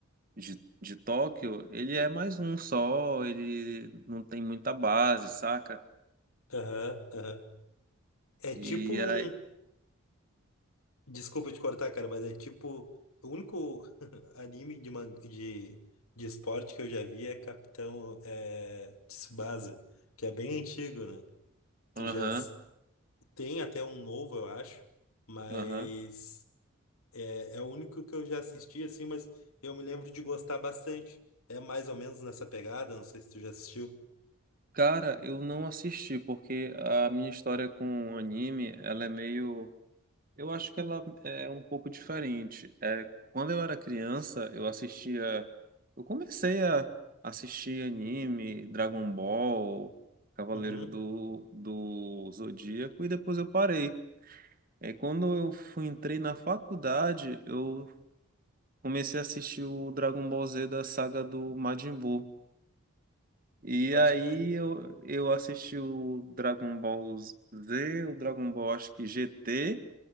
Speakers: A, on the right (about 40°); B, on the left (about 85°).
A: de, de Tóquio, ele é mais um só, ele não tem muita base, saca?
B: Aham, aham. É
A: E
B: tipo um
A: aí,
B: Desculpa te cortar, cara, mas é tipo, o único <laughs> anime de, man- de, de esporte que eu já vi é Capitão é, Tsubasa, que é bem antigo, né? Tu
A: aham,
B: já s- tem até um novo, eu acho, mas
A: aham.
B: é, é o único que eu já assisti, assim, mas eu me lembro de gostar bastante. É mais ou menos nessa pegada, não sei se tu já assistiu.
A: Cara, eu não assisti porque a minha história com anime, ela é meio Eu acho que ela é um pouco diferente. É, quando eu era criança, eu assistia. Eu comecei a assistir anime, Dragon Ball, Cavaleiros
B: Uhum,
A: do, do Zodíaco, e depois eu parei. É, quando eu fui, entrei na faculdade, eu comecei a assistir o Dragon Ball Z da saga do Majin Buu. E
B: pode
A: aí
B: crer.
A: eu, eu assisti o Dragon Ball Z, o Dragon Ball acho que GT.